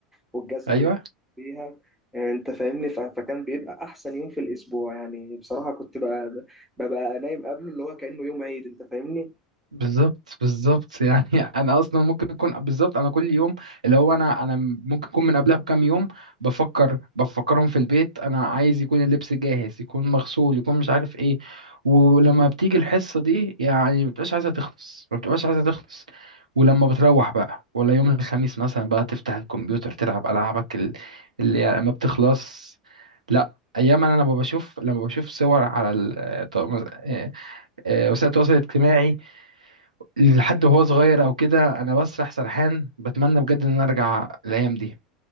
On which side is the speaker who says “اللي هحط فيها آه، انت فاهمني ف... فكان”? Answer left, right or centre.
Centre